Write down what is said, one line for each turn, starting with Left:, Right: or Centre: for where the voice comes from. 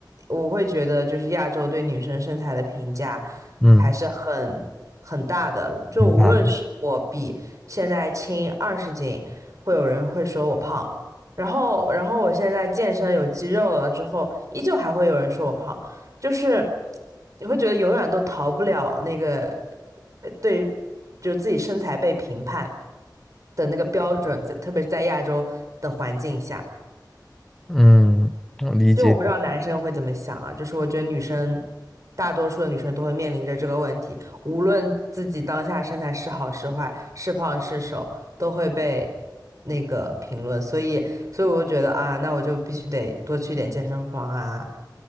Right: 我会觉得就是亚洲对女生身材的评价
Centre: 嗯，
Right: 还是很很大的。就无论是我比现在轻二十斤，
Centre: 明白，
Right: 会有人会说我胖。然后，然后我现在健身有肌肉了之后，依旧还会有人说我胖。就是你会觉得永远都逃不了那个呃对，就是自己身材被评判的那个标准，在特别是在亚洲的环境下，
Centre: 嗯，我理解。
Right: 就我不知道男生会怎么想啊，就是我觉得女生。大多数的女生都会面临着这个问题，无论自己当下身材是好是坏，是胖是瘦，都会被那个评论，所以，所以我就觉得啊，那我就必须得多去点健身房啊，